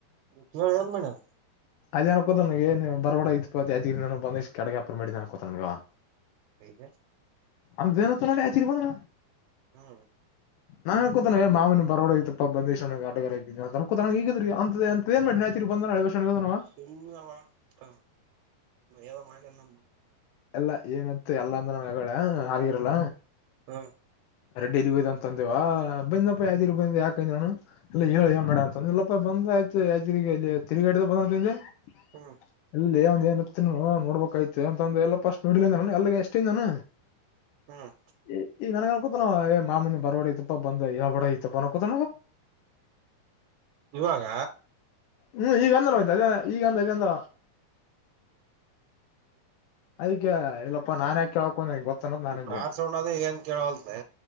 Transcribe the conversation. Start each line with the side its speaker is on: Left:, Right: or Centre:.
Right: ಕೇಳೆ ಏನು ಮಾಡೋಣ್ಣ
Left: ಅದ್ ಅನ್ಕೋತ ನೀ ಬರ್ಡ ಇತ್ ಬಂದ ಇಷ್ಟ ಕಡಗಪರ್ ಮಾಡಿದ ಅನ್ಕೋತಗ
Right: ಈಗ
Left: ಅಂದ ದಿನ ತ ನೋಡಿ ಆಚರಿ ಬಂದಣ
Right: ಹಾ
Left: ನಾನ್ಕೊ ತನ ಮಾವನನ್ ಬರೋಡೋಗಐತ್ತಪ್ಪ ಬಂದಿ ಅಡ್ಗಗಿದ್ದ ಹಗಿದಿ ಅಂತ ಅಂತಏನ್ ಮಾಡಿ ನಾಯತ್ ಬಂದಳಷನವ
Right: ಸುಮ್ನವ ಅಂತ ಎಲ್ಲ ಮಾಡ್ಯ ನಮ್ಮ
Left: ಎಲ್ಲ ಏನತ್ತು ಎಲ್ಲ ಅಂದ್ರ ನಂಗಡ ಅಗಿರಲ್ಲ
Right: ಹ
Left: ರೆಡ್ಡಿ ಇಲ್ಲಿಗ್ ಹಯ್ ಅಂತ ಅಂದೇವಾ ಬಂದಪ್ಪ ಯಾಜಿರು ಬಂದೆ ಯಾಕ ನಾನು ಇಲ್ಲ ಹೇಳ ಏನ್ ಮಾಡಡ ಅಂತ ಅಂದ ಇಲ್ಲಪ್ಪ ಬಂದ ಆಯ್ತು ಯಗಲ್ಲಿ ತಿರುಗಾಡಿದ ಬಂದಂತಂದೆ <unintelligible>
Right: ಹ್ಮ್
Left: ಅಲ್ಲಿ ಒಂದ ಏನ್ ನೋಡ್ಬೇಕಾಯ್ತು ಅಂತ ಅಂದ ಎಲ್ಲ ಫಸ್ಟ್ ನೋಡಿಲಿನ ಎಲ್ಲಿಗೆ ಎಷ್ಟನ್ನ
Right: ಹ್ಮ್
Left: ಈ ಈ ನನಗ ಕೂತನವ ಏ ಮಾಮನ ಬರವಡತಪ್ಪ ಬಂದಬ ಐತಪ್ಪ ನಕೂತ
Right: ಇವಾಗ
Left: ಹ್ಮ್ ಈಗ ಅಂದಯ್ತ ಈಗ ಈಗಂದ ಅದಕ್ಕೆ ಇಲ್ಲಪ್ಪಾ ನಾನ್ ಯಾಕ ಕಳ್ಕೊಂಡಂಗೆ ಗೊತ್ತ ಅನ್ನೋದ್ ನಾನಿಂದೆ
Right: ಕಾರ್ ಸೌಂಡ್ ಅದ್ರೆ ಏನ್ ಕೇಳವಲ್ರೇ